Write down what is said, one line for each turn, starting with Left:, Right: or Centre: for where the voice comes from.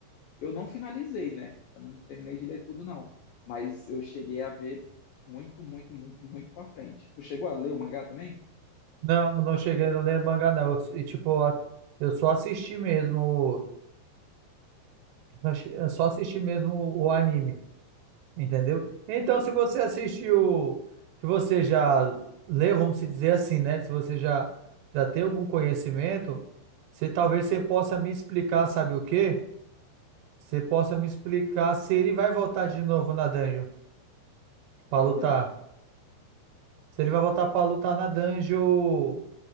Left: Eu não finalizei, né? Eu não terminei de ler tudo, não. Mas eu cheguei a ver muito, muito, muito, muito pra frente. Tu chegou a ler o mangá também?
Right: Não, não cheguei a ler mangá, não. Eu, e, tipo, a- eu só assisti mesmo, o eu só assisti mesmo o, o anime, entendeu? Então, se você assistiu, se você já leu, vamos se dizer assim, né? Se você já, já tem algum conhecimento, você talvez você possa me explicar, sabe o quê? Você possa me explicar se ele vai voltar de novo na dungeon pra
Left: Qual
Right: lutar.
Left: dungeon?
Right: Se ele vai voltar pra lutar na dungeon.